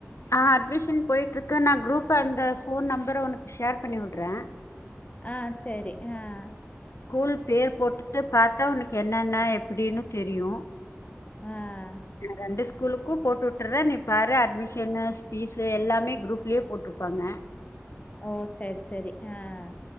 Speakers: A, on the left; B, on the left.
A: ஆஹ அட்மிஷன் போயிட்டு இருக்கு நா குரூப்ப அந்த ஃபோன் நம்பர உனக்கு ஷேர் பண்ணி விடுறேன்
B: ஆஹ் சேரி ஆஹ்
A: ஸ்கூல் பேர் போட்டுட்டு பாத்தா உனக்கு என்னன்ன எப்டின்னு தெரியு
B: ஆஹ்
A: நான் ரெண்டு ஸ் உங்களுக்கு போட்டு வுட்றேன் நி வர அட்மிஷன்ன ஸ் பீஸ் எல்லாமே குரூப்லயே போட்ருப்பாங்க
B: ஓ செரி செரி ஆஹ்